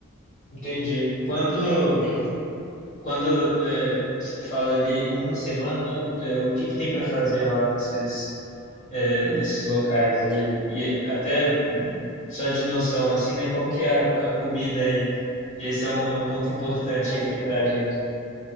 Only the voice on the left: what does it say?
entendi, quando,
quando é, você fala ali uma semana, é, o que que tem para fazer lá nesses, é, nesses locais
e, e até só de noção assim, né? Como que é a, a comida aí? E esse é um, é um ponto importante
aqui pra gente.